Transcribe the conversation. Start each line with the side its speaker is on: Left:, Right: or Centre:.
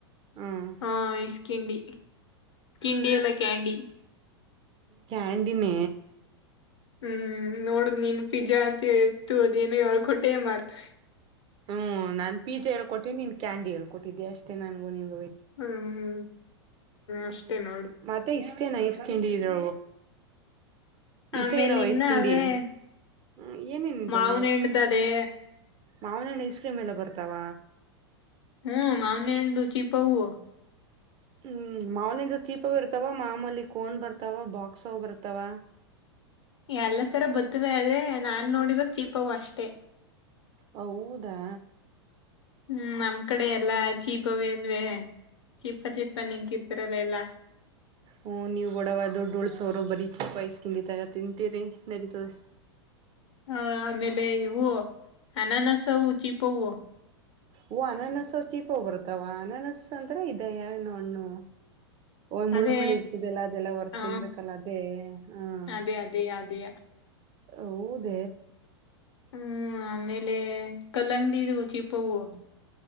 Right: ಹ್ಮ್
Left: ಹಾ ಇಸ್ಕಿಂಡಿ ಕಿಂಡಿ ಎಲ್ಲ ಕ್ಯಾಂಡಿ
Right: ಕ್ಯಾಂಡಿನ
Left: ಹ್ಮ್ ನೋಡ್ದ್ ನೀನ್ ಪಿಜ್ಜಾ ಅಂತ ಇೇಳ್ತು ಅದೇನು ಎಳ್ಕೊಟೆ ಮಾಡ್ತ
Right: ಹ್ಮ್ ನಾನ್ ಪೀಜ್ಜ ಹೇಳ್ಕೊಟ್ಟಿದ್ದಿನ್ ಕ್ಯಾಂಡಿ ಹೇಳ್ೊಟ್ಟಿದ್ದಿ ಅಷ್ಟೇ ನನ್ಗು ನಿನ್
Left: ಹ್ಮ್
Right: ಹ್ಮ್
Left: ಅಷ್ಟೇ ನೋಡು
Right: ಮತ್ತ ಇ ಇಷ್ಟೇನ್ ಐಸ್ ಕಿಂಡಿ ಇದ್ರ
Left: ಆಮೇಲೆ
Right: ಇಷ್ಟ ಇದಾವ
Left: ಇನ್ನ
Right: ಐಸ್ ಕಿಂಡಿ
Left: ಅವೇ
Right: ಹ್ಮ ಏನೇನಿದ್ದವು
Left: ಮಾವನ ಹಣ್ಣ್ದದೆ
Right: ಮಾವನಹಣ್ಣ ಐಸ್ ಕ್ರೀಮ್ ಎಲ್ಲ ಬರ್ತಾವ
Left: ಹ್ಮ ಆನೆ ಎು ಚಿಪವು
Right: ಹ್ಮ್ ಮಾಮೂಲಿಿಂದ ದೀಪ ಇರ್ತಾವ ಮಾಮೂಲಿ ಕೋನ್ ಬರ್ತಾವ ಬಾಕ್ಸ್್ ಬರ್ತಾವ
Left: ಎಲ್ಲ ತರ ಬತ್ತವೆ ಆದ್ರೆ ನಾನ್ ನೋಡಿರೋ ಚೀಪವು ಅಷ್ಟೆ
Right: ಹೌದಾ
Left: ಹ್ಮ್ ನಮ್ ಕಡೆ ಎಲ್ಲಾ ಚೀಪವೇ ಅಲ್ವೆ ಚೀಪ ಚೀಪ್ಪ ನಿಂತಿರ್ತಾರಲ್ಲ ಎಲ್ಲಾ
Right: ಹ್ಮ್ ನೀವು ಗಡವಾದ ಡೋಳ್ಸ ಅವರು ಬರೀ ಚಿ ವಸ್ಕಿತರ ತಿಂತೀರಿ ನಡೀತದೆ
Left: ಹ ಆಮೇಲೆ ಹೂ ಅನಾನಸ ಹೂ ಚೀಪವು
Right: ಓ ಅನನಸ ಚೀಪ ಹೋಗ್ ಬರ್ತಾವ ಅನನಸ್ ಅಂದ್ರ ಇದ ಯ ನೋಣ್ಣು ಒಓ್ ಮುಳು
Left: ಅದೇ
Right: ಮುಳಿ ಇರ್ತದೆಲ್ಲ ಅದೆಲ್ಲ ಹೊರ್
Left: ಹಾ
Right: ತಿನ್ಬೇಕಕ್ಲ್ಲ ಅದೇ ಹಹ
Left: ಅದೇ ಅದೇ ಅದೇ
Right: ಹೌದ
Left: ಹ್ಮ್ ಆಮೇಲೆ ಕಲಂಗಡಿಿ ಚಿಪ ಹವು